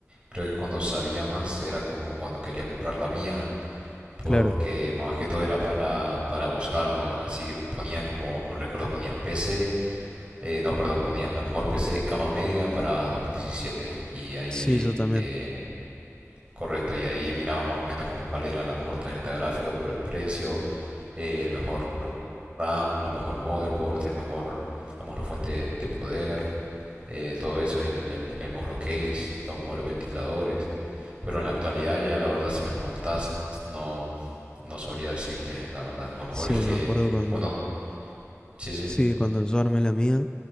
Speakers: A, on the right; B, on the left.
A: creo que cuando sabía más era como cuando quería comprar la mía. Porque
B: Claro,
A: más que todo era para, para buscar, ¿no? Así que ponía como, me recuerdo, ponía PC Eh, no, perdón, ponía la mejor PC gama media para dos mil diecisiete Y ahí,
B: sí, yo también.
A: eh, correcto, y ahí miraba más o menos como cuál era la mejor tarjeta gráfica por el precio, eh, el mejor RAM, la mejor motherboard, el mejor, la mejor fuente de poder, eh, todo eso es el, el, el mejor case, los mejores ventiladores. Pero en la actualidad, ya la verdad, si me preguntas, no, no sabría decirte la verdad. Lo mejor
B: Sí,
A: es
B: me
A: que,
B: acuerdo cuando
A: bueno, sí, sí,
B: Sí, cuando yo armé la mía,